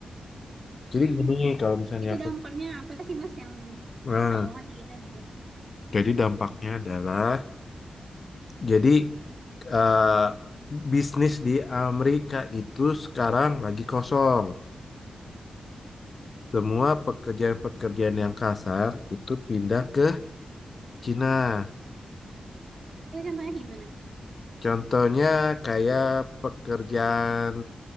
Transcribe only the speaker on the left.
Jadi
gini kalau misalnya
aku.
Nah.
Jadi dampaknya adalah, jadi eh, bisnis di Amerika itu sekarang lagi kosong. Semua pekerjaan-pekerjaan yang kasar itu pindah ke Cina.
Contohnya kayak pekerjaan